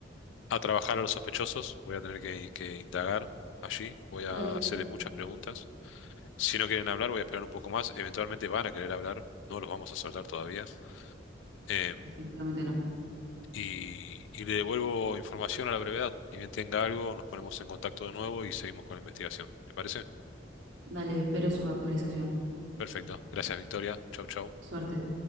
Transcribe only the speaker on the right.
Dale,
definitivamente no.
Dale, espero su actualización.
Suerte.